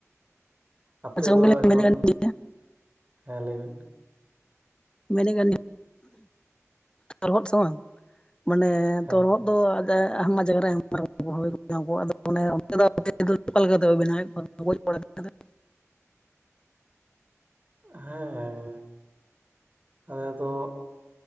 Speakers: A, on the right; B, on the left.
A: ᱟᱯᱮ
B: ᱟᱪᱪᱷᱟ
A: ᱫᱚ
B: ᱜᱚᱝᱠᱮ ᱞᱤᱧ
A: ᱮᱠᱷᱚᱱ,
B: ᱢᱮᱱᱮᱫ ᱠᱟᱱ
A: ᱦᱮᱸ ᱞᱟᱹᱭ ᱵᱤᱱ।
B: ᱢᱮᱱᱮᱫ ᱠᱟᱱᱟ <inaudible> ᱛᱚᱨᱦᱚᱫ ᱥᱮ ᱵᱟᱝ ᱢᱟᱱᱮ
A: ᱦᱮᱸ
B: ᱛᱚᱨᱦᱚᱫ। ᱫᱚ ᱡᱟᱭ ᱟᱭᱢᱟ ᱡᱟᱭᱜᱟ ᱨᱮ ᱟᱭᱢᱟ ᱨᱚᱠᱚᱢ ᱠᱚ ᱦᱩᱭ ᱠᱚᱣᱟ ᱟᱫᱚ ᱚᱱᱮ ᱚᱱ ᱫᱚ <unintelligible> ᱚᱠᱟ ᱞᱮᱠᱟ ᱠᱟᱛᱮᱜ ᱠᱚ ᱵᱮᱱᱟᱣᱮᱫ ᱠᱚᱣᱟ <unintelligible>
A: ᱦᱮᱸ ᱟᱞᱮ ᱫᱚ